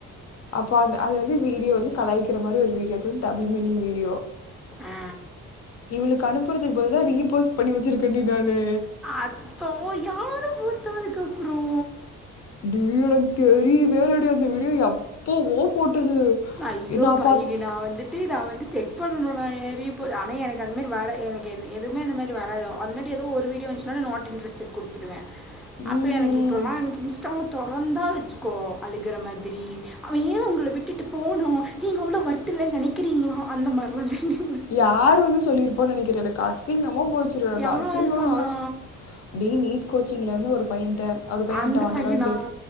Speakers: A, on the left; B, in the centre.
A: அப்போ அந்த அது வந்து வீடியோ வந்து கலங்கிற மாதிரி ஒரு வீடியோ அது வந்து டபுள் மினிங் வீடியோ
B: ஆ
A: இவுளுக்கு அனுப்பறதுக்கு பதிலா ரீபோஸ் பண்ணி வச்சுருக்கேன் டி நானு
B: அத்தோ யார் பார்த்தா அதுக்கப்றோ
A: டி எனக்கு தெரியவே இல்லடி அந்த வீடியோ எப்போவோ போட்டது
B: ஐயோ
A: நான்
B: பைவ்
A: பாத்
B: இனி நா வந்து டி நா வந்து செக் பண்ணணு நாயே ரீப்போ ஆனா எனக்கு அந்த மாதிரி வரா எனக்கு என எதுமே அந்த மாதிரி வரா அந்த மாதிரி எதும் ஒரு வீட் டியோ வந்துச்சுனாலு நாட் இன்டரெஸ்டட் குடுத்துடுவே அப்ப
A: ம்ஹ்ம்.
B: எனக்கு அப்பறமா எனக்கு இன்ஸ்டாவ தொறந்தா வச்சுக்கோ அழுகிற மாதிரி அவன் ஏ உங்கள விட்டுட்டு போனு நீங்க அவ்ளோ ஒர்த்து இல்லன்னு நினைக்கிறீங்களோ அந்த மாறிலா நீங்க
A: யாரு வந்து சொல்லிருப்போன்னு நினைக்கிறே எனக்கு அசிங்கமா போச்சுரு எனக்கு
B: யாரு
A: அசிங்கோனா
B: சொன்னா
A: அப்டி நீட் கோச்சிங்கில இருந்து ஒரு பையன்ட்ட அவரு பைய
B: அந்த
A: ஏன்ட்ட வாண்டடா
B: பையனா
A: வந்து பேச